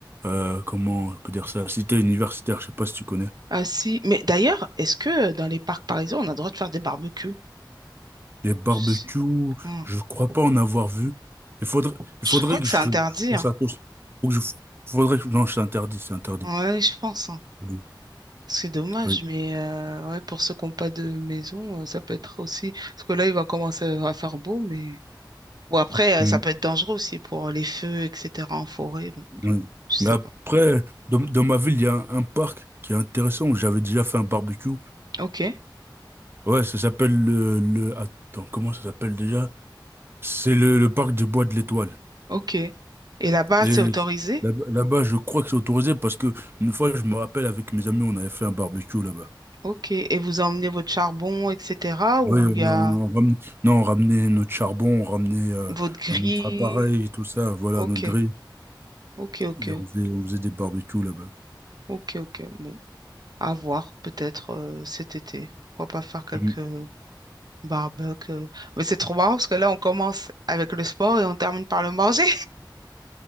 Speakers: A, on the right; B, on the right.
A: euh, comment on peut dire ça, cité universitaire, je sais pas si tu connais.
B: Ah si, mais d'ailleurs, est-ce que euh, dans les parcs parisiens, on a le droit de faire des barbecues?
A: Les barbecues,
B: Si- Hmm.
A: je crois pas en avoir vu. Il faudrait, il
B: Je
A: faudrait
B: crois
A: que
B: que
A: je,
B: c'est interdit,
A: je pense
B: hein.
A: à tous. Faut que je, faudrait que, non, c'est interdit, c'est interdit.
B: Ouais, je pense. hein.
A: Oui,
B: C'est dommage,
A: oui.
B: mais euh, ouais, pour ceux qui n'ont pas de maison, euh, ça peut être aussi. Parce que là, il va commencer à faire beau, mais. Ou après,
A: Mm,
B: euh, ça peut être dangereux aussi pour les feux, etc. en forêt. Bon,
A: oui.
B: je sais
A: Mais après,
B: pas.
A: dans, dans ma ville, il y a un, un parc qui est intéressant où j'avais déjà fait un barbecue.
B: Ok,
A: Ouais, ça s'appelle le, le... Attends, comment ça s'appelle déjà? C'est le, le parc du Bois de l'Étoile.
B: ok. Et là-bas,
A: Et
B: c'est autorisé?
A: là là-bas, je crois que c'est autorisé parce que une fois, je me rappelle, avec mes amis, on avait fait un barbecue là-bas.
B: Ok. Et vous emmenez votre charbon, etc. Ou
A: Ouais, on,
B: il y a
A: on, on ramenait, non, on ramenait notre charbon, on ramenait euh,
B: votre grille?
A: notre appareil et tout ça, voilà,
B: Ok,
A: notre grille.
B: ok, ok.
A: Et on faisait, on faisait des barbecues là-bas.
B: Ok, ok. Bon, à voir peut-être euh, cet été. Pourquoi pas faire quelques
A: Mhm.
B: barbecues. euh. Mais c'est trop marrant parce que là, on commence avec le sport et on termine par le manger.